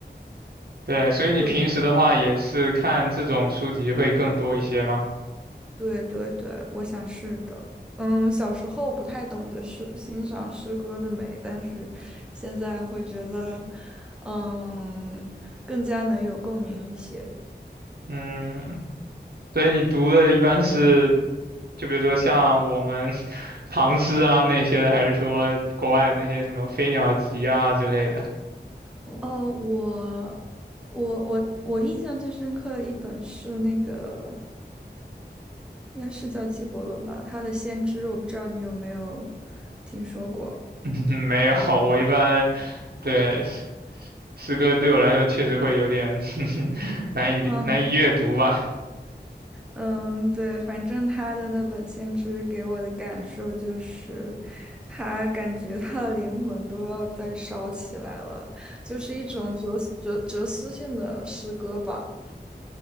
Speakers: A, on the right; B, in the centre.
A: 对，所以你平时的话也是看这种书籍会更多一些吗？
B: 对。对对对，我想是的。嗯，小时候不太懂得诗欣赏诗歌的美，但是现在会觉得，嗯，更加能有共鸣一些。
A: 嗯，所以你读的一般是。就比如说像我们 <laughs> 唐诗啊那些的，还是说国外那些什么《飞鸟集》啊之类的？
B: 哦，我我我我印象最深刻的一本是那个，应该是叫纪伯伦吧，他的《先知》，我不知道你有没有听说过。
A: <laughs> 没有，我一般对诗诗歌对我来说确实会有点 <laughs> 难以理难以阅读吧。
B: 啊。嗯，对，反正他的那本《先知》给我的感受就是，他感觉他的灵魂都要再烧起来了，就是一种哲哲哲思性的诗歌吧。